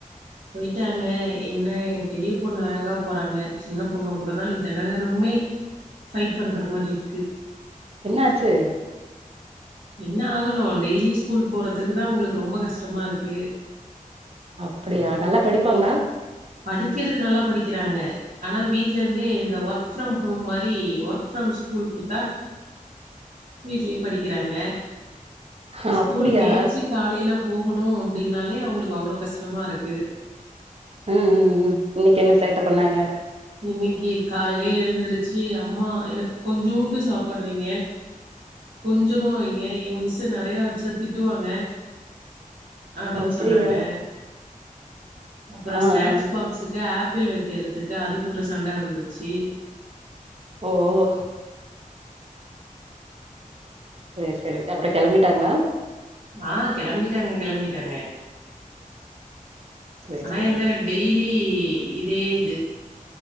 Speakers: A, on the right; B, on the right.
A: போய்ட்டாங்க என்ன ஏன் பெரிய பொண்ணு அழகா போறாங்க சின்ன பொண்ணு கூடதா தென தெனமுமே ஃபைட் பண்ற மாரிருக்கு
B: என்னாச்சு
A: என்ன ஆகணு டெய்லி ஸ்கூல் போறத்துக்கு தா அவுங்களுக்கு ரொம்ப கஷ்டமாருக்கு
B: அப்டியா நல்லா படிப்பாங்ளா
A: படிக்கறது நல்லா படிக்றாங்க ஆனா வீட்லேருந்தே இந்த ஒர்க் ஃப்ரம் ஹோம் மாரி ஒ ஃப்ரம் ஸ்கூல் குடுத்தா வீட்லே படிக்றாங்க
B: ஆ,
A: ஸ்கூலுக்கு
B: அப்படியா
A: என்ச்சு காலேல போகுணு அப்டின்னாலே அவங்களுக்கு அவ்ளோ கஷ்டமாருக்கு
B: ம் ம் ம் இன்னைக்கு என்ன சேட்ட பண்ணாங்க
A: இன்னைக்கு காலைல எந்துருச்சு அம்மா எனக்கு கொஞ்சோண்டு சாப்பாடு வைங்க கொஞ்சமா வைங்க எங்க மிஸ்ஸு நெறைய வச்சா திட்டுவாங்க அப்டின்
B: அப்படியா
A: சொன்னாங்க அப்புற
B: ஆ
A: ஸ்நாக்ஸ்
B: ஆ
A: பாக்ஸுக்கு ஆப் பில் வைக்கறதுக்கு அது ஒரு சண்ட வந்துச்சு
B: ஓ ஒ செரி செரி அப்ற கெளம்பிட்டாங்ளா
A: ஆ கெளம்பிட்டாங்க கெளம்பிட்டாங்க
B: சரி
A: ஆனா
B: சரி
A: என்ன டெய்லி இதே இது